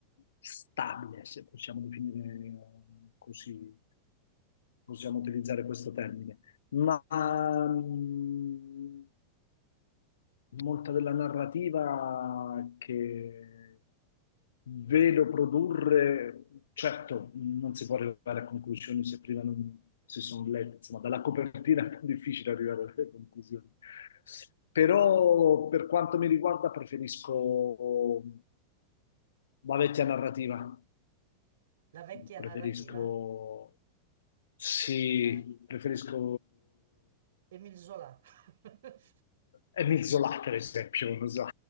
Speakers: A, on the left (about 65°); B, on the right (about 60°).
A: stabile, se possiamo definire eh, così, possiamo utilizzare questo termine ma mm, molta della narrativa che vedo produrre, certo, non si può arrivare a conclusioni se prima non si sono lette, insomma, dalla copertina è più difficile arrivare alle conclusioni. Però per quanto mi riguarda preferisco la vecchia narrativa,
B: La vecchia
A: preferisco,
B: narrativa?
A: sì,
B: Eh?
A: preferisco
B: Émile Zola. <laughs>
A: Emil Zola, per esempio, non so,